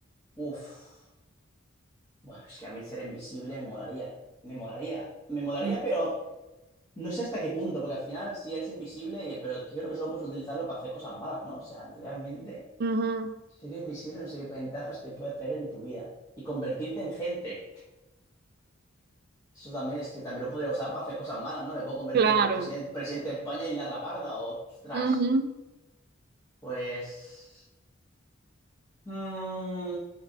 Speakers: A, on the left (about 15°); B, on the right (about 50°).
A: Uf. Buah, es que a mí ser invisible me molaría. Me molaría. Me molaría,
B: Mm.
A: pero no sé hasta qué punto, porque al final si eres invisible, y- pero es que creo que solo puedes utilizarlo para hacer cosas malas, ¿no? O sea, realmente
B: Ujú,
A: ser invisible no sé qué ventajas te puede traer en tu vida. Y convertirte en gente. Eso también es que también lo podría usar para hacer cosas malas, ¿no? Me puedo convertir
B: Claro.
A: en el presidente presidente de España y liar la parda, o... Ostras.
B: Ujú.
A: Pues... mm,